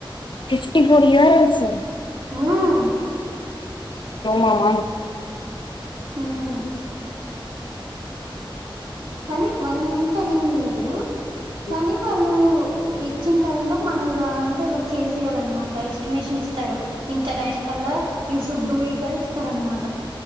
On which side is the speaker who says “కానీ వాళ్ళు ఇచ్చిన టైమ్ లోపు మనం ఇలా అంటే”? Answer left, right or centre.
Right